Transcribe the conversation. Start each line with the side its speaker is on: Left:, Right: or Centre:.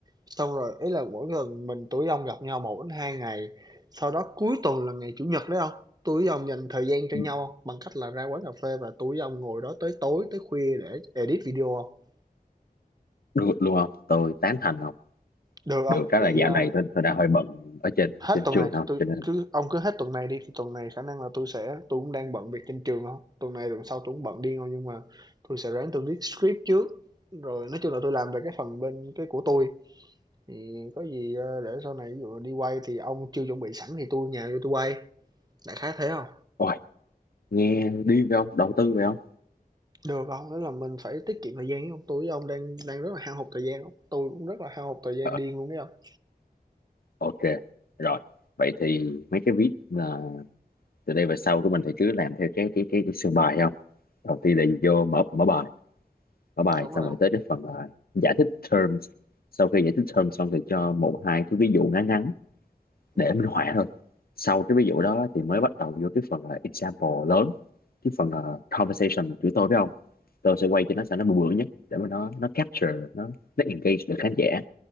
Right: xong rồi ấy là mỗi lần mình tụi ông gặp nhau một đến hai ngày, sau đó cuối tuần là ngày Chủ nhật đấy không Tụi ông dành thời gian cho
Left: ừ.
Right: nhau hông? Bằng cách là ra quán cà phê và tụi ông ngồi đó tới tối, tới khuya để edit video không
Left: được luôn không tôi tán thành không
Right: Được không
Left: được cái
Right: Vậy,
Left: là dạo
Right: ơ,
Left: này tôi, tôi đang hơi bận ở trên
Right: hết
Left: trên
Right: tuần
Left: trường
Right: này
Left: không
Right: tôi
Left: cho nên
Right: cứ ông cứ hết tuần này đi, thì tuần này khả năng là tôi sẽ tôi cũng đang bận việc trên trường không tuần này tuần sau tôi cũng bận điên không nhưng mà tôi sẽ ráng tui viết script trước, rồi nói chung là tôi làm về cái phần bên cái của tôi thì có gì ờ, để sau này ví dụ đi quay thì ông chưa chuẩn bị sẵn thì tôi nhà tôi quay đại khái thế không
Left: Ôi, nghe điên phải không? Đầu tư phải không?
Right: được không đó là mình phải tiết kiệm thời gian chứ không tôi với ông đang đang rất là hao hụt thời gian đó. tôi cũng rất là hao hụt thời gian
Left: Ờ,
Right: điên luôn đấy không
Left: Ok, rồi. Vậy thì mấy cái viết là từ đây về sau của mình thì cứ làm theo cái cái cái, cái sườn bài không? Đầu tiên là vô mở mở bài, mở bài
Right: đúng
Left: xong
Right: rồi
Left: rồi
Right: không
Left: tới cái phần là giải thích terms. Sau khi giải thích terms xong thì cho một hai cái ví dụ ngắn ngắn
Right: mình,
Left: để minh họa thôi. Sau cái ví dụ đó thì mới bắt đầu vô cái phần là example lớn, cái phần là conversation của tôi phải không? Tôi sẽ quay cho nó sao nó bự bự nhất để mà nó nó capture nó nó engage được khán giả